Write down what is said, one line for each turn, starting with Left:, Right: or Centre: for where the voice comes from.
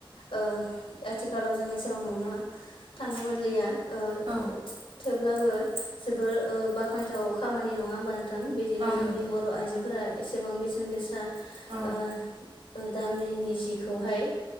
Left: ओ आथिखालाव जों एसेबां नुनो थांनो मोनलिया ओ
Right: औ
Left: थेवबो थेवब्लाबो जोबोर बाख्नायथाव खामानि नङा होमबा नोंथां बिदिनो
Right: औ
Left: जोंनि
Right: नंगौ
Left: बर' आइजोफोरा एसेबां बेसेन गोसा
Right: औ
Left: ओ दामैनि जिेखौहाय